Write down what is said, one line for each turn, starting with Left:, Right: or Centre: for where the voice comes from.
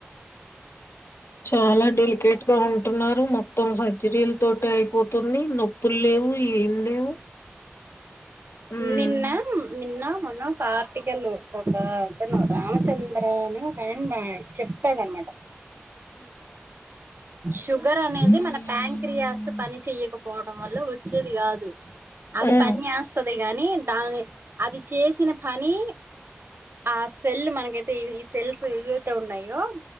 Left: చాలా డెలికేట్ గా ఉంటున్నారు మొత్తం సర్జరీల తోటి అయిపోతుంది నొప్ నోప్పులు లేవు ఏం లేవు ఉమ్
Right: నిన్న నిన్న మోన్న ఒక కార్టికల్ ఒక రామచంద్ర అని ఒక ఆయన చెప్తాడనమాట షుగర్ అనేది
Left: ఉమ్
Right: మన ప్యాంక్రియాస్ పని చెయకపోవడం వల్ల వచ్చేది కాదు అది
Left: ఉమ్
Right: పని చేస్ వస్తది గాని దాని అది చేసిన పని ఆ సెల్ మనకైతే ఈ సెల్స్ ఏవైతే ఉన్నాయో